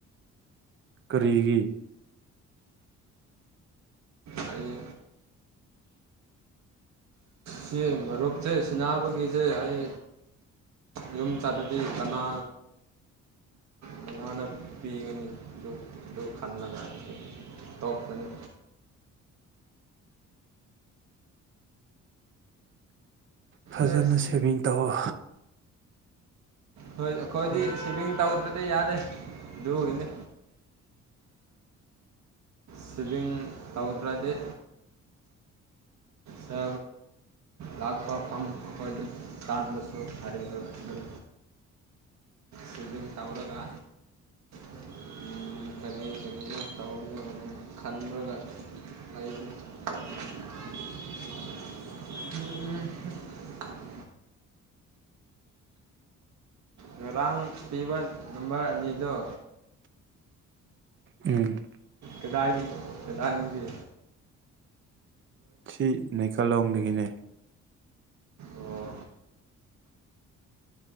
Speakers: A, on the right; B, on the right.
A: ꯀꯔꯤꯒꯤ
B: ꯑꯩ ꯁꯤ ꯔꯨꯞꯆꯦ ꯁ꯭ꯅꯥꯄ ꯀꯁꯦ ꯑꯩ ꯌꯨꯝ ꯆꯥꯗꯗꯤ ꯀꯅꯥ ꯀꯅꯥꯅ ꯄꯤꯒꯅꯤ ꯑꯗꯨ ꯑꯗꯨ ꯈꯟꯅ ꯉ ꯇꯣꯛꯄꯅꯤ
A: ꯐꯖꯅ
B: ꯅꯦꯛꯁ
A: ꯁꯦꯚꯤꯡ ꯇꯧꯑꯣ
B: ꯍꯣꯏ ꯑꯩꯈꯣꯏꯗꯤ
A: ꯎꯝ
B: ꯁꯤꯕꯤꯃꯤꯤꯡ ꯇꯧꯗ꯭ꯔ ꯇꯩ ꯌꯥꯗꯦ ꯂ ꯀꯅꯤ ꯁꯃꯤꯡ ꯇꯧꯇ꯭ꯔꯗꯤ ꯁ ꯂꯥꯛꯄ ꯑꯩꯈꯣꯏꯗꯨ ꯇꯥꯟꯕꯁꯨ ꯍꯥꯏꯔꯤꯕ ꯁꯗꯤꯝ ꯇꯥꯎꯔꯒ ꯎ ꯀꯔꯤ ꯀꯔꯤꯅꯣ ꯇꯧꯒꯅꯣ ꯑꯗꯨꯝ ꯈꯟꯕꯒ ꯂꯩꯕꯅꯤ <unintelligible> ꯎꯝ ꯉꯔꯥꯡ ꯄꯤꯕ ꯅꯝꯕꯔ ꯑꯅꯤꯗꯣ
A: ꯎꯝ
B: ꯀꯗꯥꯏꯗꯤ ꯀꯗꯥꯏꯗꯤ
A: ꯁꯤ ꯅꯩꯀꯥꯂꯣꯡꯗꯒꯤꯅꯦ
B: ꯑꯣ